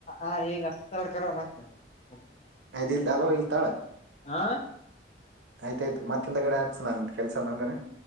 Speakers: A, on the left; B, on the right.
A: ಆ ಈಗಾ <unintelligible>
B: ಆಯ್ತ್ <unintelligible>
A: ಹಾ
B: ಆಯ್ತ್ ಆಯ್ತ್ ಮತ್ತ್ ಹಿಂದಾಗಡೆ ಹಚ್ಚ ನಂಗ್ <unintelligible>